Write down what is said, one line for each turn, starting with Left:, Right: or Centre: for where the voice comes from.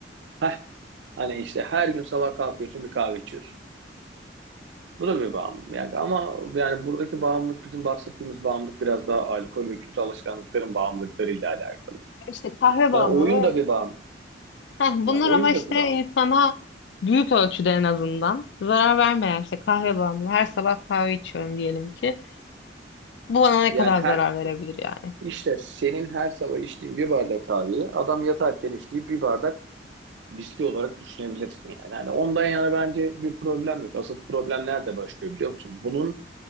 Right: heh, hani işte her gün sabah kalkıyorsun bir kahve içiyorsun. Bu da bir bağımlılık. Yani ama yani buradaki bağımlılık bizim bahsettiğimiz bağımlılık biraz daha alkol ve kötü alışkanlıkların bağımlılıklarıyla alakalı.
Left: İşte kahve
Right: Yani
Left: bağımlılığı.
Right: oyun da bir bağımlılık.
Left: Heh,
Right: Ya
Left: bunlar
Right: oyun
Left: ama işte
Right: da bir bağımlılık.
Left: insana büyük ölçüde en azından zarar vermeyen işte kahve bağımlılığı. Her sabah kahve içiyorum diyelim ki. Bu bana ne
Right: Yani
Left: kadar
Right: her,
Left: zarar verebilir yani?
Right: İşte senin her sabah içtiğin bir bardak kahveyi adam yatarken içtiği bir bardak viski olarak düşünebilirsin yani. Yani ondan yana bence bir problem yok. Asıl problem nerede başlıyor biliyor musun? Bunun